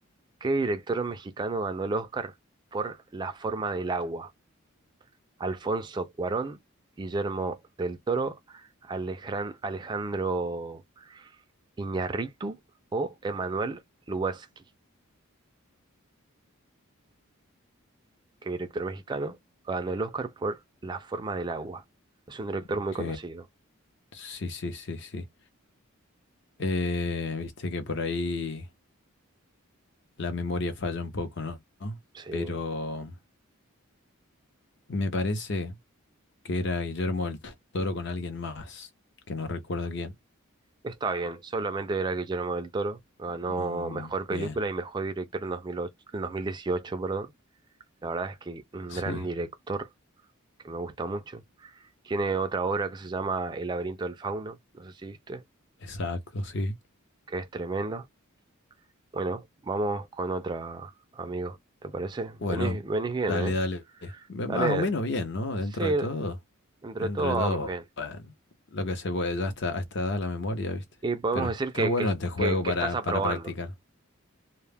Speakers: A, on the right; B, on the left.
A: ¿qué director mexicano ganó el Oscar por La forma del agua? Alfonso Cuarón, Guillermo del Toro, Alejandro Alejandro Iñárritu o Emanuel Lubezki, que director mexicano, ganó el Oscar por La forma del agua. Es un director
B: Ok.
A: muy conocido.
B: Sí, sí, sí, sí. Eh, viste que por ahí la memoria falla un poco, ¿no? ¿No?
A: Sí,
B: Pero me parece. que era Guillermo del Toro con alguien más, que no recuerdo quién.
A: está bien. Solamente era Guillermo del Toro. Ganó
B: Mm,
A: mejor película
B: bien,
A: y mejor director en 2008, en 2018, perdón. La verdad es que un
B: sí.
A: gran director que me gusta mucho. Tiene otra obra que se llama El laberinto del fauno, no sé si viste,
B: Exacto, sí.
A: que es tremenda. Bueno, vamos con otra, amigo. ¿Te parece?
B: Bueno,
A: Venís, venís bien,
B: dale,
A: ¿eh?
B: dale. Ve-
A: Dale.
B: Más o menos bien, ¿no? Dentro
A: Sí,
B: de todo.
A: entre
B: Dentro
A: todo
B: de todo,
A: vamos bien.
B: bueno, lo que se puede, ya está, a esta edad la memoria, ¿viste?
A: Y podemos
B: Pero
A: decir
B: está
A: que,
B: bueno
A: que,
B: este juego
A: que- que
B: para,
A: estás aprobando.
B: para practicar.